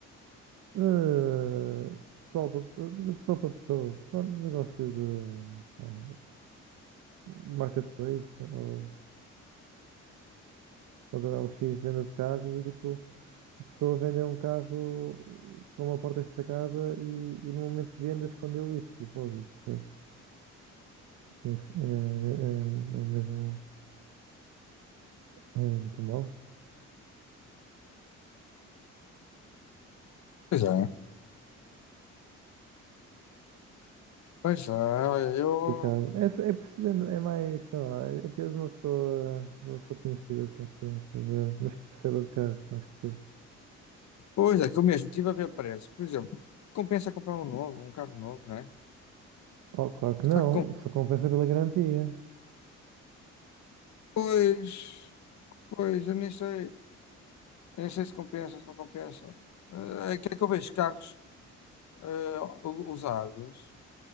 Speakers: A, on the right (about 80°); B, on the left (about 65°).
A: eh, pessoal pa- de pessoa para pessoa, um negócio de, sei lá, de marketplace ou, ou do LX de venda de carros e tipo a pessoa vendeu um carro com uma porta estragada e, e no momento de venda escondeu isso de propósito, percebes? E acho- É, é, é mesmo é muito mau.
B: Pois é, pois é, olha, eu...
A: Complicado. É, só- é percebendo, é mais, sei lá, é é teres uma pessoa, uma pessoa conhecida de confiança, de- mas que perceba de carros mais que tu.
B: Pois é, que eu mesmo estive a ver preço. Por exemplo, compensa comprar um novo, um carro novo, né?
A: Oh, claro que não,
B: Tá com-
A: só compensa pela garantia.
B: Pois, pois, eu nem sei, eu nem sei se compensa, se não compensa. Eh, É que é que eu vejo carros eh, u- usados